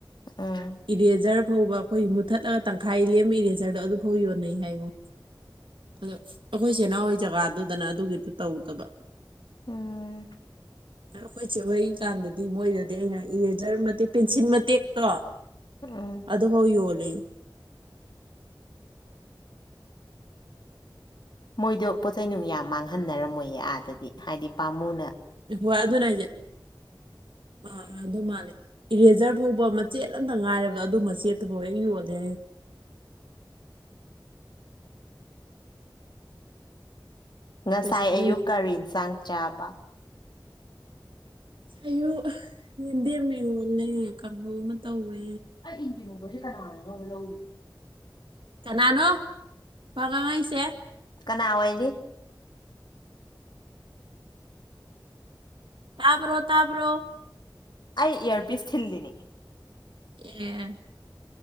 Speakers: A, on the left; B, on the right.
A: ꯎꯝ
B: ꯏꯔꯤ ꯍꯖꯔ ꯐꯥꯎꯕ ꯑꯩꯈꯣꯏ ꯃꯨꯠꯊꯠꯂꯒ ꯇꯪꯈꯥꯏ ꯂꯦꯝꯕ ꯏꯔꯦꯖꯔꯗꯣ ꯑꯗꯨ ꯐꯧ ꯌꯣꯟꯅꯩ ꯍꯥꯏꯕꯣ ꯑꯗꯣ ꯑꯩꯈꯣꯏ ꯆꯦꯅꯥꯎ ꯍꯣꯏ ꯖꯒꯥꯗꯨꯗꯅ ꯑꯗꯨꯒꯤꯗꯨ ꯇꯧꯗꯕ
A: ꯎꯝ
B: ꯑꯩꯈꯣꯏꯁꯦ ꯍ ꯀꯥꯟꯗꯗꯤ ꯃꯣꯏꯗꯗꯤ ꯑꯩꯅ ꯏꯔꯦꯖꯔ ꯃꯇꯦꯛ ꯄꯦꯟꯁꯤꯜ ꯃꯇꯦꯛꯇꯣ
A: ꯎꯝ
B: ꯑꯗ ꯍ ꯌꯣꯜ ꯄꯨꯦ
A: ꯃꯣꯏꯗꯣ ꯄꯣꯠꯆꯩꯅꯨꯡ ꯌꯥꯝ ꯃꯥꯡꯍꯟꯅꯔꯝꯃꯣꯏꯌꯦ ꯑꯥꯗꯗꯤ ꯍꯥꯏꯗꯤ ꯄꯥꯃꯨꯅ
B: ꯍꯣꯏ ꯑꯗꯨꯅ ꯍꯥꯏꯁꯦ ꯑꯥ ꯑꯗꯨ ꯃꯥꯜꯂꯦ ꯏꯔꯦꯖꯔ ꯐꯥꯎꯕ ꯃꯆꯦꯠ ꯑꯃꯝꯇ ꯉꯥꯏꯔꯕꯗꯣ ꯑꯗꯨ ꯃꯆꯦꯠ ꯇꯕꯌꯦ ꯑꯣꯣꯗ
A: ꯉꯁꯥꯏ
B: ꯄꯩꯁꯥꯗꯣ
A: ꯑꯌꯨꯛ ꯀꯔꯤ ꯏꯟꯁꯥꯡ ꯆꯥꯕ
B: ꯑꯣꯨ ꯌꯦꯟꯗꯦꯝ ꯏꯔꯣꯜꯂꯦ ꯀꯝꯕꯨ ꯑꯃ ꯇꯧꯋꯦ
A: ꯑ ꯏꯔ ꯃ ꯀ ꯂ
B: ꯀ ꯅꯅꯣ ꯒꯥ ꯉꯥꯏꯁꯦ
A: ꯀꯅꯥꯋꯥꯗꯤ
B: ꯇꯥꯕ꯭ꯔꯣ ꯇꯥꯕ꯭ꯔꯣ
A: ꯑꯩ ꯏꯌꯥꯔꯄꯤꯤꯁ ꯊꯤꯜꯂꯤꯅꯦ
B: ꯑꯦ